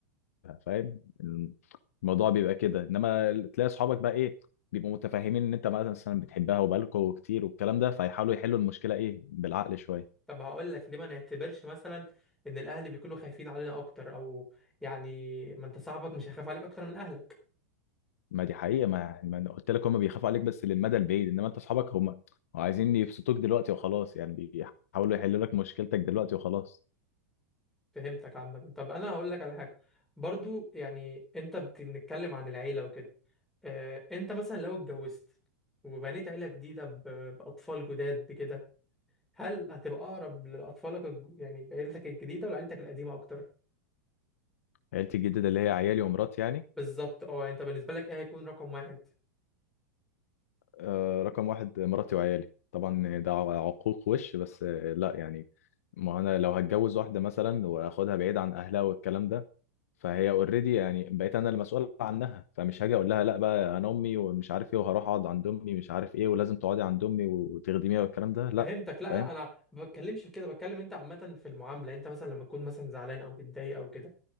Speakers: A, on the left; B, in the centre.
A: فاهم الموضوع بيبقى كده انما تلاقي اصحابك بقى ايه بيبقوا متفاهمين ان انت مثلا بتحبها وبقالكوا كتير والكلام ده فيحاولوا يحلوا المشكله ايه بالعقل شويه
B: طب هقول لك ليه ما نعتبرش مثلا ان الاهل بيكونوا خايفين علينا اكتر او يعني ما انت صاحبك مش هيخاف عليك اكتر من اهلك
A: ما دي حقيقة ما, يعني ما انا قلت لك هم بيخافوا عليك بس للمدى البعيد انما انت اصحابك هم عايزين يبسطوك دلوقتي وخلاص يعني بيحاولوا يحلوا لك مشكلتك دلوقتي وخلاص
B: فهمتك عامه طب انا هقول لك على حاجه برضو يعني انت بتتكلم عن العيله وكده اه انت مثلا لو اتجوزت وبنيت عيله جديده ب- باطفال جداد بكده هل هتبقى اقرب لاطفالك الج- يعني بعيلتك الجديده ولا عيلتك القديمه اكتر
A: عيلتي الجديدة اللي هي عيالي ومراتي يعني
B: بالظبط اه يعني انت بالنسبه لك ايه هيكون رقم واحد
A: آه رقم واحد مراتي وعيالي طبعا ده عقوق وش بس آه لا يعني ما انا لو هتجوز واحدة مثلا واخدها بعيد عن اهلها والكلام ده فهي اوريدي يعني بقيت انا المسؤول عنها فمش هاجي اقول لها لا بقى انا امي ومش عارف ايه وهروح اقعد عند امي مش عارف ايه ولازم تقعدي عند امي وتخدميها والكلام ده لا
B: فهمتك لا
A: فاهم.
B: لا انا ما بتكلمش في كده بتكلم انت عامه في المعامله انت مثلا لما تكون مثلا زعلان او متضايق او كده